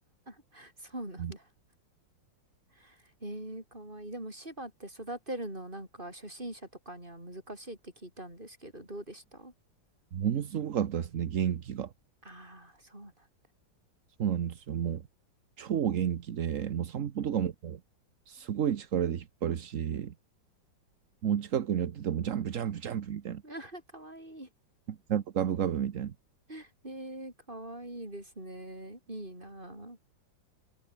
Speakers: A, on the right (about 25°); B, on the right (about 50°).
A: <laughs> そうなんだ。
B: うん
A: <laughs> えー、かわいい。でも、芝って育てるのなんか初心者とかには難しいって聞いたんですけど、どうでした
B: ものすごかったですね、元気が。
A: ああー、そうなんだ。
B: そうなんですよ。もう、超元気で、もう散歩とかも、
A: うん
B: もうすごい力で引っ張るし、もう近くに寄ってても、ジャンプ、ジャンプ、ジャンプみたいな。
A: <laughs> あー、かわいい。
B: <laughs> ジャンプ、ガブガブみたいな。
A: <laughs> えー、かわいいですね。いいなあ。